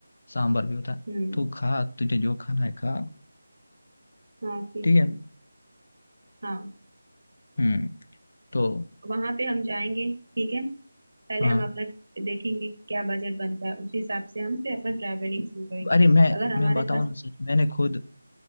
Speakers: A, on the left; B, on the right.
A: सांभर भी होता है
B: हम्म
A: तू खा तुझे जो खाना है खा
B: हाँ ठीक
A: ठीक है
B: है हाँ
A: हम्म तो
B: वहाँ पे हम जाएंगे ठीक है पहले
A: हाँ
B: हम अपना देखेंगे क्या बजट बनता है उसी हिसाब से हम फिर अपना ट्रैवलिंग शुरू करेंगे
A: अरे मैं
B: अगर हमारे
A: मैं बताऊँ
B: पास
A: ना सच मैंने खुद